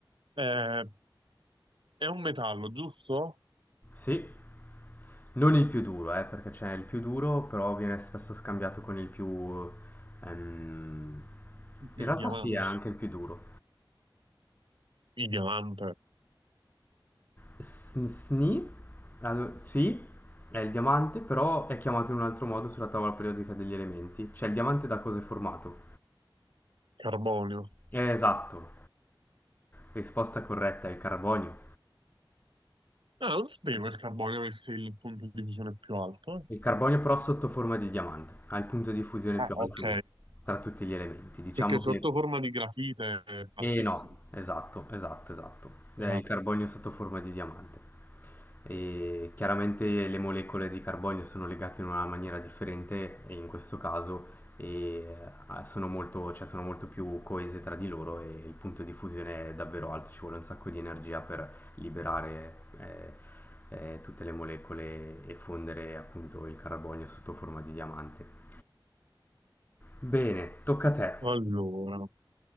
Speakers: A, on the right; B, on the left.
A: è. Eh, è un metallo, giusto?
B: Sì, non il più duro, eh, perché c'è il più duro, però viene spesso scambiato con il più... ehm, in
A: Il
B: realtà
A: diamante.
B: sì, è anche il più duro.
A: Il diamante,
B: S- Sni, allo- sì, è il diamante, però è chiamato in un altro modo sulla tavola periodica degli elementi. Cioè il diamante da cosa è formato?
A: carbonio.
B: Eh, esatto, Risposta corretta è il carbonio.
A: Ah, non sapevo che il carbonio avesse il punto di fusione più alto. eh.
B: Il carbonio però sotto forma di diamante, ha il punto di fusione
A: Ah,
B: più
A: ok,
B: alto tra tutti gli elementi. Diciamo
A: perché sotto
B: che
A: forma di grafite è bassissimo.
B: E no, esatto, esatto, esatto. È
A: Ah,
B: il carbonio sotto forma di diamante. E chiaramente le molecole di carbonio sono legate in una maniera differente e in questo caso e, eh, sono molto, cioè, sono molto più coese tra di loro e il punto di fusione è davvero alto, ci vuole un sacco di energia per liberare eh, eh, tutte le molecole e fondere appunto il carbonio sotto forma di diamante. Bene, tocca a te.
A: allora,